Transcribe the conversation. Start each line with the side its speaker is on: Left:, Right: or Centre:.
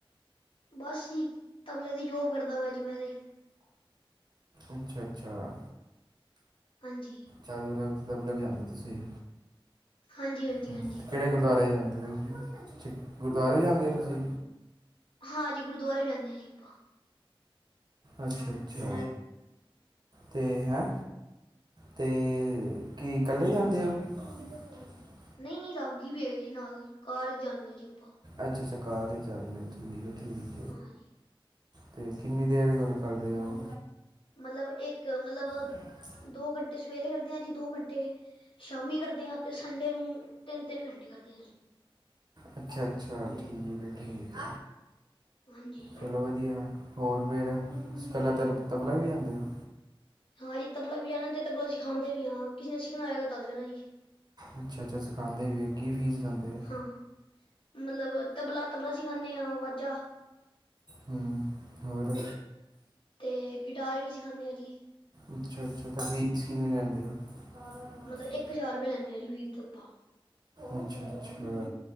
Left: ਬਸ ਹੀ ਤਬਲੇ ਦੀ ਜੋਬ ਕਰਦਾ ਮੈਂ ਜੀ ਮੈਂ ਤੇ
Right: ਅੱਛਾ -ਅੱਛਾ
Left: ਹਾਂਜੀ।
Right: ਚਦ <unintelligible> ਤਬਲੇ ਵਜਾਂਦੇ ਤੁਸੀਂ?
Left: ਹਾਂਜੀ, ਹਾਂਜੀ,
Right: ਹੂੰ।
Left: ਹਾਂਜੀ
Right: ਕਿਹੜੇ ਗੁਰਦੁਆਰੇ ਜਾਂਦੇ ਹੋ? ਗੁਰਦੁਆਰੇ ਜਾਂਦੇ ਹੋ ਤੁਸੀਂ?
Left: ਹਾਂਜੀ। ਗੁਰਦੁਆਰੇ ਵੀ ਜਾਨੇ ਹਾਂ ਜੀ ਆਪਾਂ।
Right: ਅੱਛਾ-ਅੱਛਾ, ਤੇ ਹੈਂ ਤੇ ਕੀ ਇਕੱਲੇ ਜਾਂਦੇ ਹੋ? ਕਮ ਣੀ ਕਰ <unintelligible>
Left: ਨਹੀਂ ਨਹੀਂ ਰਾਗੀ ਵੀ ਹੈਗੇ ਜੀ ਨਾਲ, ਕਾਰ ਚ ਜਾਨੇ ਆ ਜੀ ਆਪਾਂ।
Right: ਅੱਛਾ-ਅੱਛਾ ਕਾਰ 'ਚ ਜਾਂਦੇ ਠੀਕ ਹੈ ਠੀਕ।
Left: ਹਾਂ ਜੀ।
Right: ਤੇ ਕਿੰਨੀ ਦੇਰ ਗੱਲ ਕਰਦੇ ਹੋ?
Left: ਮਤਲਬ ਇੱਕ ਮਤਲਬ
Right: ਹੋ
Left: ਦੋ ਘੰਟੇ ਸਵੇਰੇ ਕਰਦੇ ਹਾਂ ਜੀ ਦੋ ਘੰਟੇ ਸ਼ਾਮੀ ਕਰਦੇ ਹਾਂ ਤੇ ਸੰਡੇ ਨੂੰ ਤਿੰਨ-ਤਿੰਨ ਘੰਟੇ ਕਰਦੇ ਹਾਂ ਜੀ।
Right: ਅੱਛਾ-ਅੱਛਾ! ਠੀਕ ਹੈ ਠੀਕ,
Left: ਹਾਂਜੀ।
Right: ਚਲੋ ਵਧੀਆ। ਵਧੀਆ ਹੋਰ ਫੇਰ? ਤੁਸੀ ਕਲਾ ਤ ਤਬਲਾ ਈ ਵਜਾਂਦੇ ਹੋ?
Left: ਹਾਂਜੀ। ਤਬਲਾ ਵਜਾਨੇ ਤੇ ਤਬਲਾ ਸਿਖਾਂਦੇ ਵੀ ਹਾਂ, ਕਿਸੇ ਨੇ ਸਿਖਣਾ ਹੋਇਗਾ ਦੱਸ ਦੇਣਾ ਜੀ।
Right: ਅੱਛਾ-ਅੱਛਾ ਸਿਖਾਦੇ ਵੀ ਓ। ਕੀ ਫੀਸ ਲੈਂਦੇ? ਹੋ
Left: <inaudible> ਮਤਲਬ ਤਬਲਾ ਤਬਲਾ ਸਿਖਾਨੇ ਆ ਵਾਜਾਂ।
Right: ਹੂੰ, ਹੋਰ?
Left: ਤੇ ਗਿਟਾਰ ਵੀ ਸਿਖਾਨੇ ਆ ਜੀ।
Right: ਅੱਛਾ-ਅੱਛਾ, ਤਾਂ ਫੀਸ ਕਿੰਨੀ ਲੈਂਦੇ ਹੋ? ਕਾਲਾ ਪਾਣੀ
Left: ਮਤਲਬ ਇੱਕ ਹਜ਼ਾਰ ਰੁਪਏ ਲੈਂਨੇ ਆ ਜੀ ਫੀਸ ਆਪਾ।
Right: ਅੱਛਾ-ਅੱਛਾ!